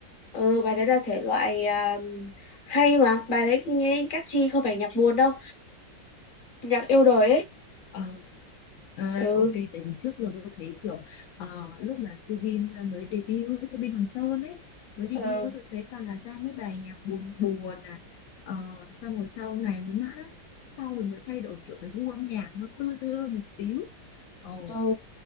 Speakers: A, on the left; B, on the left.
A: Ừ, bài đấy là thể loại à, hay mà bài đấy nghe catchy không phải nhạc buồn đâu nhạc yêu đời ấy
B: Ờ, à,
A: ừ
B: ok tại vì trước giờ tôi thấy kiểu ờ, lúc mà Subin ờ, mới debut ấy, Subin Hoàng Sơn ấy mới debut
A: ừ
B: ấy, tôi thấy toàn là ra mấy bài nhạc buồn buồn à uh, xong rồi sau này mới mã sau rồi mới thay đổi kiểu cái gu âm nhạc nó tươi tươi hơn một xíu ồ
A: ừ